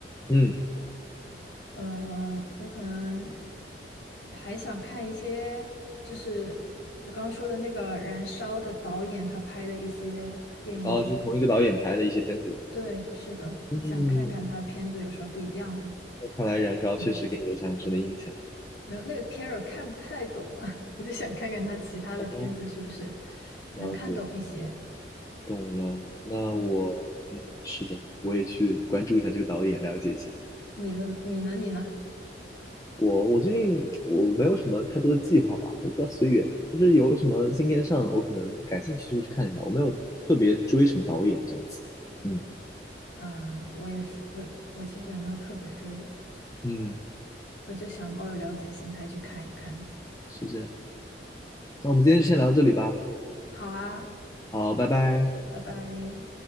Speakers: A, on the left; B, on the left.
A: 嗯，
B: 呃，我可能还想看一些，就是我刚刚说的那个《燃烧》的导演他拍的一些电影。
A: 哦，就是同一个导演拍的一些片子。
B: 对，是的，
A: 嗯，
B: 我想看看他的片子有啥不一样的。
A: 那看来《燃烧》确实给你留下很深的印象。
B: 嗯，没有，那个片儿我看不太懂啊，<laughs> 我就想看看他其他的片子是不是
A: 哦，了解，
B: 能看懂一些。
A: 懂了。那我，
B: 嗯，
A: 嗯，是的，我也去关注一下这个导演，了解一下。
B: 你的你呢？你呢？
A: 我我最近我没有什么太多的计划吧，我比较随缘，就是有什么新片上了我可能感兴趣就会去看一下，我没有特别追什么导演这样子。嗯
B: 啊，我也是，我我其实也没有特别追，
A: 嗯，嗯，
B: 我就想抱着了解心态去看一看。
A: 是这样。那我们今天就先聊到这里吧，
B: 好啊，
A: 好，拜拜。
B: 拜拜。